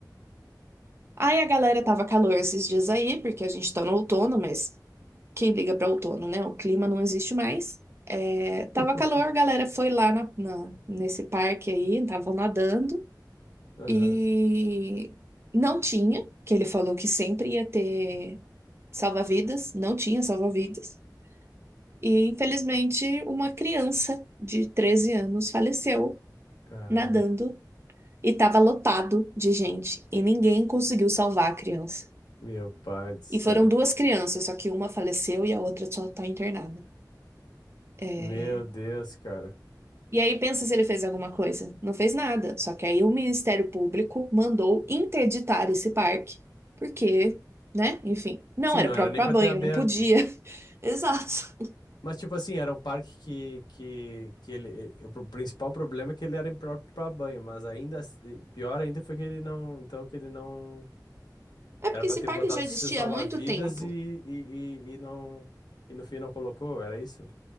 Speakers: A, on the right; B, on the left.
A: aí a galera tava calor esses dias aí, porque a gente tá no outono, mas quem liga pra outono, né? O clima não existe mais. É, Tava
B: <laughs>
A: calor, a galera foi lá na, na- nesse parque aí, estavam nadando
B: Aham.
A: e não tinha, que ele falou que sempre ia ter salva-vidas, não tinha salva-vidas. E, infelizmente, uma criança de 13 anos faleceu
B: Caraca.
A: nadando e estava lotado de gente e ninguém conseguiu salvar a criança.
B: Meu pai do céu.
A: E foram duas crianças, só que uma faleceu e a outra só está internada. É,
B: Meu Deus, cara.
A: E aí pensa se ele fez alguma coisa. Não fez nada. Só que aí o Ministério Público mandou interditar esse parque, porque, né? Enfim, não
B: Sim,
A: era
B: não
A: próprio
B: era nem
A: para
B: pra
A: banho,
B: ter aberto.
A: não podia. <laughs> Exato.
B: Mas, tipo assim, era um parque que, que, que ele, ele- o pro- principal problema é que ele era impróprio pra banho, mas ainda, assim- pior ainda foi que ele não, então que ele não,
A: É
B: era
A: porque
B: pra
A: esse
B: ter
A: parque
B: botado
A: já existia
B: seu salva-vidas
A: há muito tempo.
B: e, e, e, e não, e no fim não colocou, era isso?